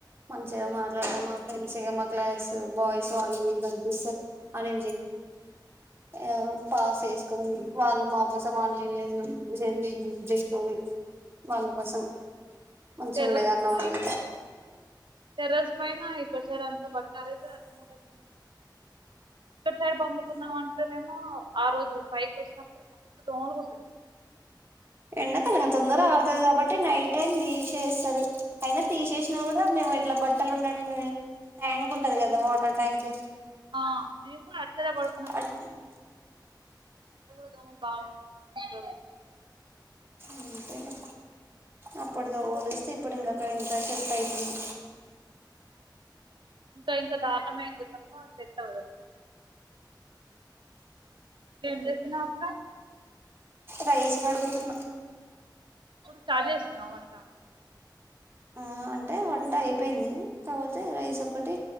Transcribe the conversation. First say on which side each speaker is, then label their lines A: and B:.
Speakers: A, on the right (about 30°); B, on the right (about 85°).
A: మంచిగా మాట్లాడ మా ఫ్రెండ్స్ మా క్లాస్ బాయ్స్ వాళ్ళు వీళ్ళు కనిపిస్తే అని ఆ పాస్ చేస్కో వాళ్ళు మాకోసమాన్లు <unintelligible> వాళ్ళ కోసం మంచి
B: టెర్రస్
A: ఉండేది అన్న
B: పైన
A: వాళ్ళ
B: టెర్రస్ పైన ఇక్కడ సైడ్ అంతా బట్టలారెతే అట్ మూలక్ ఇక్కడ సైడ్ పండుకుందాం అంటేనేమో ఆ రోజు బైటోచ్చినప్పుడు మస్తు దోమలు కుట్టి
A: ఎండాకాలం తొందర ఆరుతది కాబట్టి నైట్ టైమ్ తీసేస్తరు అయినా తీసేసిన కూడా మేము ఇట్లా బట్టలు ఉన్నా ట్యాంక్ ఉంటది కదా వాటర్ ట్యాంక్
B: ఆ మేము కూడా అటు సైడే పడుకున్నాము
A: అంతేలే
B: కని <inaudible>
A: అంతెలే అప్పుడుతో పోలిస్తే ఇప్పుడు ఇంక అక్కడ అంత సెటైతుంది
B: ఇంకా ఇంకా దార్నమైతది తప్ప సెట్ అవదు అసలు ఏం చేస్తున్నవక్క
A: రైస్ కడుగుతున్న
B: ఇప్పుడు స్టార్ట్ చేస్తున్నావ వంట
A: ఆ అంటే వంట అయిపోయింది కాపోతే రైస్ ఒకటి